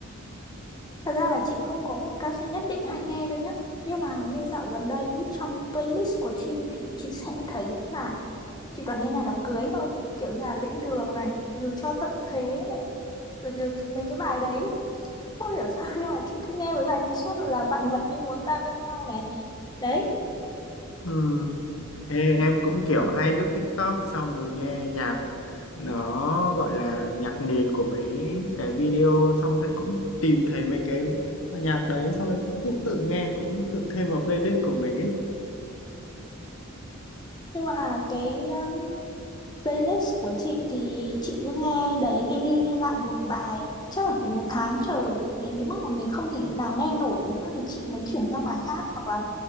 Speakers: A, on the left; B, on the left.
A: Thật ra là chị không có một ca sĩ nhất định hay nghe đâu nhá. Nhưng mà như dạo gần đây ý, trong playlist của chị thì chị sẽ thấy là chị toàn nghe nhạc đám cưới thôi. Kiểu nhà lễ đường này, rồi cho tận thế này, rồi, rồi mấy cái bài đấy không hiểu sao nhưng mà chị cứ nghe mấy bài đấy suốt rồi là vạn vật như muốn ta bên nhau này đấy
B: ấy Ê, em cũng kiểu hay lướt TikTok xong rồi nghe nhạc nó gọi là nhạc nền của mấy cái video xong thấy cũng tìm thấy mấy cái nhạc đấy xong rồi cũng, cũng tự nghe cũng tự thêm vào playlist của mình ấy
A: nhưng mà cái um, playlist của chị thì chị cứ nghe đấy nghe đi nghe lại một bài chắc là phải một tháng trời đến cái mức mà mình không thể nào nghe nổi nữa thì chị mới chuyển sang bài khác hoặc là